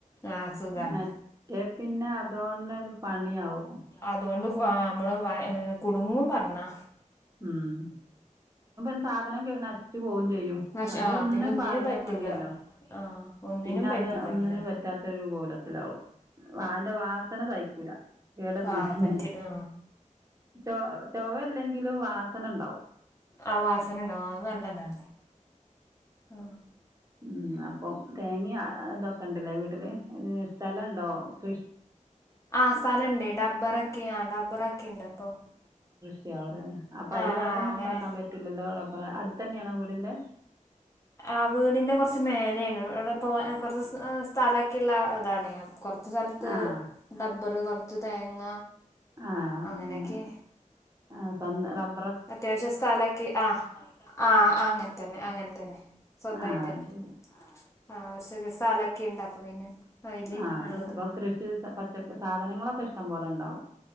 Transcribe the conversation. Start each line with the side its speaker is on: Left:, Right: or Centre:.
Left: ആ സുഖാണ്.
Right: മറ്റേ പിന്നെ അതുകൊണ്ടൊരു പണിയാവും.
Left: അതുകൊണ്ട് ക്വാ നമ്മള് വ കുടുങ്ങും പറഞ്ഞാ
Right: ഇം <unintelligible> സാധനം കേ നശിച്ചു പോകേം ചെയ്യും.
Left: പക്ഷെ
Right: അത്
Left: ആ
Right: ഒന്ന്
Left: പിന്നെ ഒന്നിനും
Right: പാളിയാ
Left: പറ്റൂല
Right: മതിയല്ലോ.
Left: ആ ഒന്നിനും
Right: പിന്നത്
Left: പറ്റില്ല
Right: ഒന്നിനും
Left: പിന്നെ
Right: പറ്റാത്തൊരു കോലത്തിലാവും. വതിന്റെ വാസന സയ്ക്കൂല കേട് വന്നാ
Left: ആ
Right: പിന്നെ
Left: പറ്റി ആ
Right: ചൊ ചൊവയില്ലെങ്കിലും വാസന ഇണ്ടാവും.
Left: ആഹ് വാസന ഇണ്ടാവും ആഹ് <inaudible>
Right: ഇം അപ്പം തേങ്ങേം അഹ് ഇതൊക്കെ ഇണ്ടല്ലേ വീട്ടില് ഏഹ് സ്ഥലെണ്ടോ കൃ
Left: ആഹ് സ്ഥലിണ്ടേ ഡബ്ബറെക്കെയാ ആഹ് ഡബ്ബറെക്കിണ്ട് അപ്പൊ
Right: <unintelligible> അവര് അപ്പൊ അതില്
Left: ആ
Right: വേറൊന്നും
Left: ആ അങ്ങനെ
Right: ഇണ്ടാക്കാൻ പറ്റില്ലല്ലോ റബ്ബറാ അടുത്തന്നെയാണ് വീടിന്റെ
Left: ആഹ് വീടിന്റെ കുറച്ച് മേലയാണ് ഇവിടെ തോ കൊറച്ച് സ് സ്ഥലെ‌ക്കിള്ള ഇതാണേ കൊറച്ച് സ്ഥലത്ത്
Right: ആഹ്
Left: ഡബ്ബറ് കൊറച്ച് തേങ്ങ
Right: ആഹ്
Left: അങ്ങനേക്കെ
Right: അങ്ങനെ ആഹ് സ്വന്തം റ
Left: അത്യാവശ്യം സ്ഥല‌ക്കി ആഹ് ആഹ് അങ്ങനെ തന്നെ അങ്ങനെ തന്നെ. സ്വന്തവായിട്ടന്നെ
Right: ആഹ് അത് ശരി
Left: ആഹ് ഒരു ചെറിയ സ്ഥലക്കിണ്ട് അപ്പൊ പിന്നെ അതില്
Right: ആഹ്
Left: ഉള്ളത്
Right: അപ്പ കൃഷി പച്ചക്ക സാധനങ്ങളൊക്കെ ഇഷ്ടം പോലെ ഇണ്ടാവും.